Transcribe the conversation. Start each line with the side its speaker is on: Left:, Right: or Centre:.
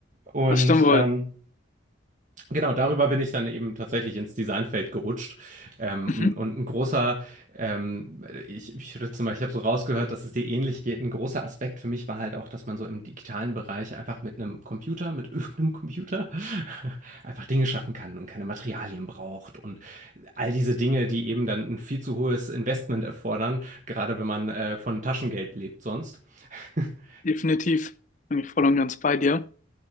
Right: Und
Left: Das stimmt wohl.
Right: ähm, Genau, darüber bin ich dann eben tatsächlich ins Designfeld gerutscht. Ähm,
Left: Mhm.
Right: und ein großer, ähm, ich, ich würde zum Beispiel, ich habe so rausgehört, dass es dir ähnlich geht. Ein großer Aspekt für mich war halt auch, dass man so im digitalen Bereich einfach mit einem Computer, mit irgendeinem Computer, <laughs> einfach Dinge schaffen kann und keine Materialien braucht und all diese Dinge, die eben dann ein viel zu hohes Investment erfordern, gerade wenn man äh, von Taschengeld lebt sonst. <laughs>
Left: Definitiv. Bin ich voll und ganz bei dir.